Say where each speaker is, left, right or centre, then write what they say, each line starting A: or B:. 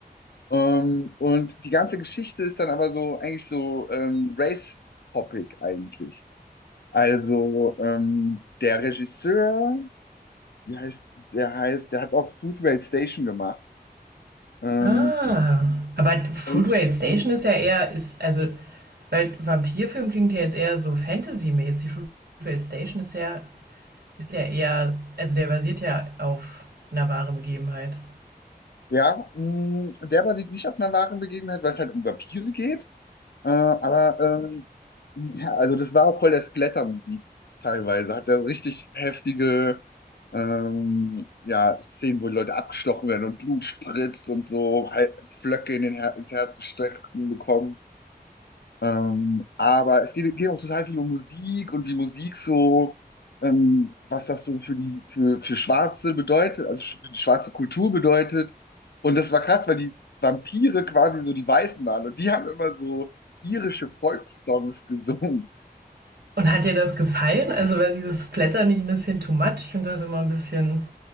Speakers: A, on the left; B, on the right.
A: Ähm, und die ganze Geschichte ist dann aber so eigentlich so ähm, Race-Topic eigentlich. Also ähm, der Regisseur, wie heißt, der heißt, der hat auch Foodway Station gemacht. Ähm,
B: Ah. Aber Fruitvale
A: und
B: Station ist ja eher, ist, also, weil Vampirfilm klingt ja jetzt eher so Fantasy-mäßig. Fruitvale Station ist ja, ist ja eher, also der basiert ja auf einer wahren Begebenheit.
A: ja, mh, der basiert nicht auf einer wahren Begebenheit, weil es halt um Vampire geht. Äh, aber ähm, ja, also das war auch voll der Splatter-Movie teilweise. Hat er richtig heftige ähm, ja, Szenen, wo die Leute abgestochen werden und Blut spritzt und so, halt Flöcke in den Her ins Herz gestochen bekommen. Ähm, aber es geht, geht auch total viel um Musik und wie Musik so, ähm, was das so für die, für, für Schwarze bedeutet, also sch- für die schwarze Kultur bedeutet. Und das war krass, weil die Vampire quasi so die Weißen waren und die haben immer so irische Volkssongs gesungen.
B: Und hat dir das gefallen? Also war dieses Splatter nicht ein bisschen too much? Ich finde das immer ein bisschen,